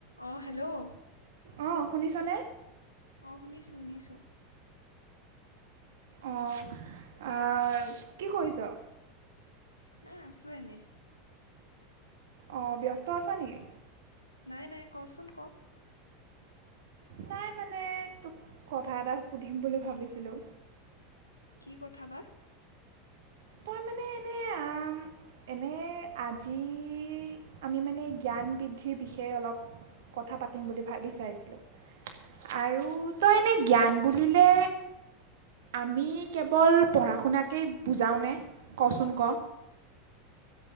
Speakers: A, on the left; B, on the right.
A: অ hello
B: অঁ শুনিছনে
A: অঁ শুনিছোঁ শুনিছোঁ
B: অঁ আঁ, কি কৰিছ
A: এ আছো এনেই
B: অ ব্যস্ত আছ নেকি?
A: নাই নাই কচোন ক
B: নাই মানে তোক কথা এটা সুধিম বুলি ভাবিছিলোঁ।
A: কি কথা বা।
B: তই মানে এনে আম, এনে আজি আমি মানে জ্ঞান বৃদ্ধিৰ বিষয়ে অলপ কথা পাতিম বুলি ভাবি চাইছিলোঁ আৰু তই এনে জ্ঞান বুলিলে আমি কেৱল পঢ়া শুনাকেই বুজাওঁনে ক', চোন ক?